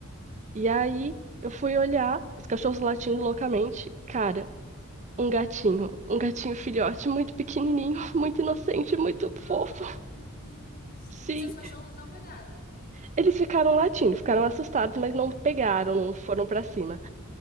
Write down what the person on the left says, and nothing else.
Ai,
meu Deus.
E seus cachorros não pegaram?
Ah,